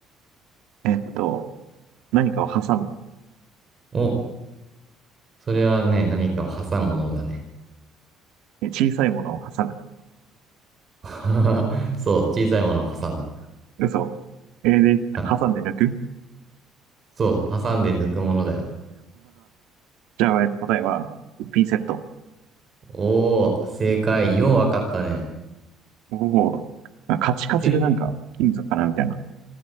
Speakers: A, on the right; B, on the right.
A: えーっと、何かを挟む。
B: お、それはね、何かを挟むものだね。
A: え小さいものを挟む。
B: <laughs> そう、小さいものを挟む。
A: 嘘えーで、
B: あ、
A: 挟んで抜く <laughs>
B: そう、挟んで抜くものだよ。
A: じゃあ、えーっと、答えは、ピンセット。
B: おー、正解。ようわかったね。
A: おお、カチカチでなんか、
B: け、
A: 金属かなみたいな。